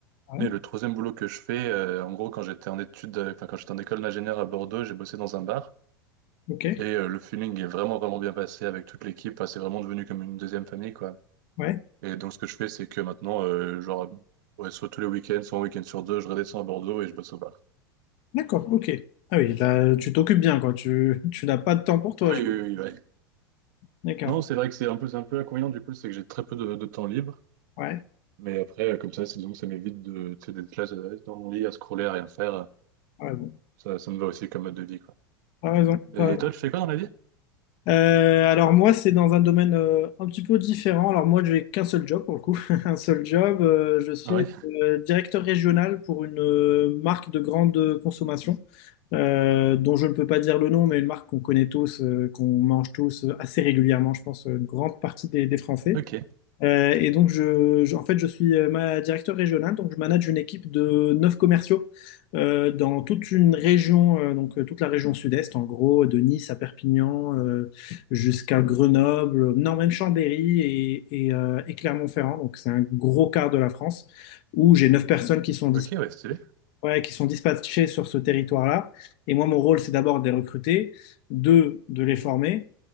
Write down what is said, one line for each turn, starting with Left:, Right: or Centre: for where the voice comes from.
Left: ouais,
Right: Et le troisième boulot que je fais, euh, en gros, quand j'étais en études, euh, enfin, quand j'étais en école d'ingénieur à Bordeaux, j'ai bossé dans un bar.
Left: ok.
Right: Et euh, le feeling est vraiment, vraiment bien passé avec toute l'équipe. Enfin, c'est vraiment devenu comme une deuxième famille, quoi.
Left: Ouais,
Right: Et donc, ce que je fais, c'est que maintenant, euh, genre, ouais, soit tous les week-ends, soit un week-end sur deux, je redescends à Bordeaux et je bosse au bar.
Left: d'accord, ok. Ah oui, là, tu t'occupes bien, quoi. Tu, tu n'as pas de temps pour toi.
Right: Oui,
Left: je-
Right: oui, oui, ouais.
Left: D'accord,
Right: Non, c'est vrai que c'est un peu, c'est un peu inconvénient, du coup, c'est que j'ai très peu de de temps libre.
Left: ouais,
Right: Mais après, euh, comme ça, c'est- disons que ça m'évite de, tu sais, d'être là euh, dans mon lit à scroller, à rien faire.
Left: t'as
Right: Ça, ça me va aussi comme mode de vie, quoi.
Left: raison,
Right: Et
Left: t'as raison.
Right: toi, tu fais quoi dans la vie?
Left: Euh, alors moi, c'est dans un domaine euh, un petit peu différent. Alors moi, j'ai qu'un seul job pour le coup, <laughs> un seul job. Euh, je suis
Right: Ah ouais?
Left: euh, directeur régional pour une euh, marque de grande consommation, euh, dont je ne peux pas dire le nom, mais une marque qu'on connaît tous, euh, qu'on mange tous euh, assez régulièrement, je pense, euh, une grande partie des, des Français.
Right: Ok.
Left: Euh, et donc, je, je- en fait, je suis euh, ma directeur régional, donc je manage une équipe de neuf commerciaux euh, dans toute une région, euh, donc euh, toute la région sud-est, en gros, de Nice à Perpignan euh, jusqu'à Grenoble, non, même Chambéry et, et, euh, et Clermont-Ferrand, donc c'est un gros quart de la France, où j'ai neuf personnes qui sont disponibles
Right: Ok, ouais, stylé.
Left: ouais, qui sont dispatchés sur ce territoire-là. Et moi, mon rôle, c'est d'abord de les recruter, deux, de les former,